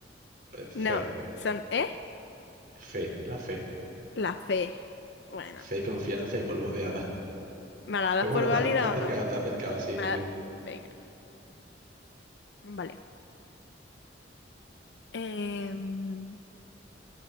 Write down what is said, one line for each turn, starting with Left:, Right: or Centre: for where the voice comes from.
Right: Eh, Fe,
Left: no, son, ¿eh?
Right: fe, la fe.
Left: La fe. Bueno,
Right: Fe, confianza y polvo de hadas.
Left: ¿me la das
Right: Pero
Left: por
Right: bueno,
Left: válida
Right: te, ace- te has acercado,
Left: o no?
Right: te has acercado, sí,
Left: Me la-
Right: sí.
Left: Venga, vale. Em,